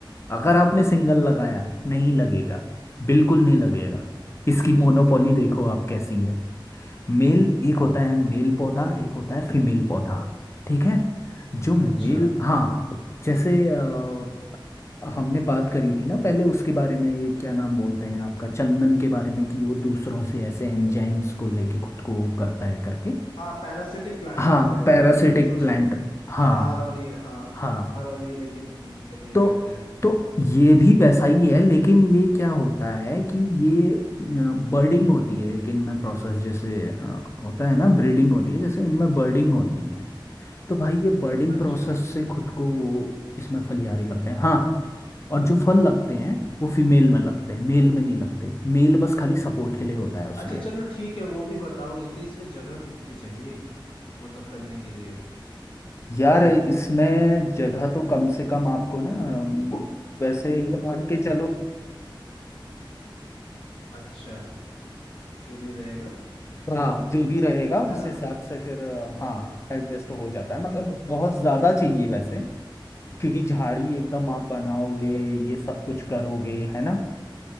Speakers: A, on the left; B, on the left.
A: अगर आपने सिंगल लगाया नहीं लगेगा बिल्कुल नहीं लगेगा इसकी मोनोपोली देखो आप कैसी है मेल एक होता है मेल पौधा एक होता है फीमेल पौधा ठीक है जो मेल
B: अच्छा
A: हाँ जैसे अ, हमने बात करी थी ना पहले उसके बारे में ये क्या नाम बोलते हैं आपका चंदन के बारे में कि वो दूसरों से ऐसे एंजाइम्स को लेके खुद को वो करता है करके
B: हाँ पैरासिटिक प्लांट
A: हाँ
B: होते हैं वो
A: पैरासिटिक
B: मतलब दूसरों से
A: प्लांट हाँ
B: आहार और ये हाँ
A: हाँ
B: आहार और ये लेके ज- मतलब ये
A: तो
B: करते हैं
A: तो ये भी वैसा ही है लेकिन ये क्या होता है कि ये बर्डिंग होती है एक इनमें प्रोसेस जैसे अ, होता है ना ब्रीडिंग होती है जैसे इनमें बर्डिंग होती है तो भाई ये बर्डिंग
B: अच्छा
A: प्रोसेस से खुद को वो इसमें फलियारे लगते हैं हाँ और जो फल लगते हैं वो फीमेल में लगते हैं मेल में नहीं लगते मेल बस खाली सपोर्ट के लिए होता है उसके
B: अच्छा चलो ठीक है वो भी बताओ लेकिन इसमें जगह कितनी चाहिए मतलब करने के लिए
A: यार इसमें जगह तो कम से कम आपको ना अम, वैसे ये मान के चलो
B: अच्छा जो भी रहेगा
A: हाँ जो भी रहेगा
B: है
A: उस
B: ना
A: हिसाब से फिर अ, हाँ
B: हाँ
A: एडजस्ट हो जाता है मतलब बहुत ज्यादा चाहिए वैसे क्योंकि झाड़ी एकदम आप बनाओगे ये सब कुछ करोगे है ना